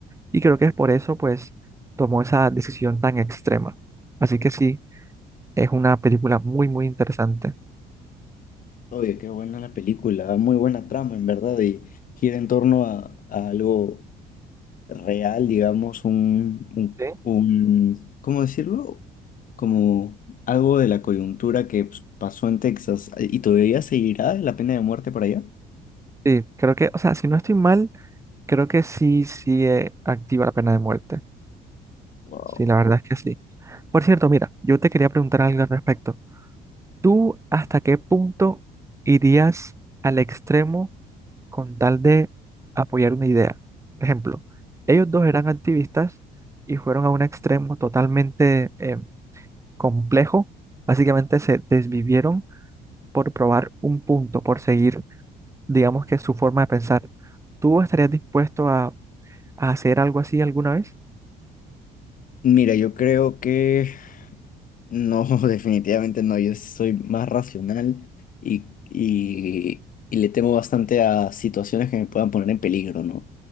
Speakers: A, on the right; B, on the left.
A: Y creo que es por eso, pues, tomó esa decisión tan extrema. Así que sí, es una película muy, muy interesante.
B: Oye, qué buena la película, muy buena trama en verdad y gira en torno a, a algo real, digamos, un, un,
A: Sí,
B: un- ¿cómo decirlo? Como algo de la coyuntura que pues, pasó en Texas. eh, ¿Y todavía seguirá la pena de muerte por allá?
A: Sí, creo que, o sea, si no estoy mal, creo que sí, sí, eh, activa la pena de muerte.
B: Wow.
A: Sí, la verdad es que sí. Por cierto, mira, yo te quería preguntar algo al respecto. ¿Tú hasta qué punto irías al extremo con tal de apoyar una idea? Por ejemplo, ellos dos eran activistas y fueron a un extremo totalmente eh, complejo. Básicamente se desvivieron por probar un punto, por seguir, digamos que su forma de pensar. ¿Tú estarías dispuesto a, a hacer algo así alguna vez?
B: Mira, yo creo que No, <laughs> definitivamente no. Yo sí soy más racional y, y, y le temo bastante a situaciones que me puedan poner en peligro, ¿no?